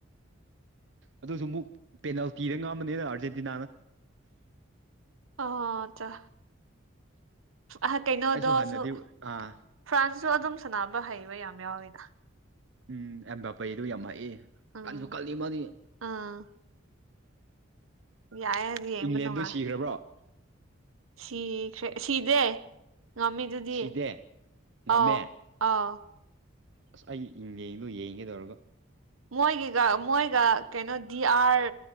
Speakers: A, on the right; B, on the right.
A: ꯑꯗꯨꯁꯨ ꯑꯃꯨꯛ ꯄꯦꯅꯥꯜꯇꯤꯗ ꯉꯥꯝꯕꯅꯤꯅ ꯑꯥꯔꯖꯦꯟꯇꯤꯅꯥꯅ
B: ꯑꯣ ꯆ ꯑ ꯀꯩꯅꯣꯗꯣꯁꯨ
A: ꯑꯩꯁꯨ ꯍꯥꯟꯅꯗꯤ ꯑꯥ
B: ꯐ꯭ꯔꯥꯟꯁꯁꯨ ꯑꯗꯨꯝ ꯁꯥꯟꯅꯕ ꯍꯩꯕ ꯌꯥꯝ ꯌꯥꯎꯋꯤꯅ
A: ꯎꯝ ꯑꯦꯝꯕꯥꯞꯄꯦꯗꯣ ꯌꯥꯝ ꯍꯩꯌꯦ
B: ꯎꯝ
A: ꯀꯟꯁꯨ ꯀꯜꯂꯤ ꯃꯥꯗꯤ
B: ꯑꯥ ꯌꯥꯏ ꯌꯦꯡꯕꯅꯅꯨꯡꯉ
A: ꯏꯪꯂꯦꯟꯗꯣ ꯁꯤꯈ꯭ꯔꯕ꯭ꯔꯣ
B: ꯁꯤꯈ꯭ꯔꯦ ꯁꯤꯗꯦ ꯉꯝꯃꯤꯗꯨꯗꯤ
A: ꯁꯤꯗꯦ ꯉꯝꯃꯦ
B: ꯑꯥꯎ ꯑꯥꯎ
A: ꯑꯁ ꯑꯩ ꯌꯦꯡꯗꯣ ꯌꯦꯡꯒꯦ ꯇꯧꯔꯒ
B: ꯃꯣꯏꯒꯤꯒ ꯃꯣꯏꯒ ꯀꯩꯅꯣ ꯗꯤ ꯑꯥꯔ